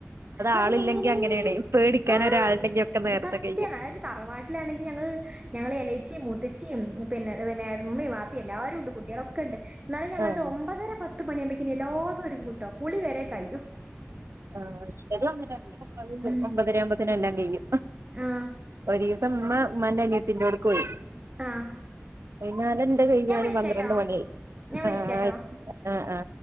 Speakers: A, on the right; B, on the right.
A: അത്
B: ആളില്ലെങ്കി
A: എങ്ങനെയെങ്കിലും
B: അങ്ങനേണേ പേടിക്കാൻ
A: ആഹ്
B: ഒരാളുണ്ടെങ്കി ഒക്കെ നേരത്തെ
A: സത്യാണ്
B: കയ്യും
A: അതായത് തറവാട്ടിലാണെങ്കിൽ ഞങ്ങള് ഞങ്ങള് എളേച്ചിം മൂത്തച്ചിം പിന്നെ പിന്നെ ഇമ്മീം വാപ്പീമ് എല്ലാരുണ്ട് കുട്ട്യാളൊക്കെണ്ട് ന്നാലും ങ്ങങ്ങളത്
B: ആഹ്
A: ഒമ്പതര പത് ത്ത് മണിയാകുമ്പത്തിന് എല്ലാതും ഒര്ങ്ങ്ട്ടോ കുളിവരെ കയിയും
B: ആ ഇന്റതും അങ്ങനെണ് ട്ടോ ഒമ്പത്
A: ഉം
B: ഒമ്പതെര ആകുമ്പോത്തിന് എല്ലാം ക യും
A: ആഹ്
B: ഒര് ഇപ്പ ഇമ്മ ഇമ്മാന്റെ അനിയത്തിന്റോട്ക്കോയി
A: ആഹ്
B: ഞാനന്റെ കഴിയ്യാനും
A: ഞാൻ വിളിക്കാട്ടോ
B: പന്ത്രണ്ട് മണിയായി
A: ഞാൻ വിളിക്കാട്ടോ
B: ആ ആ ആ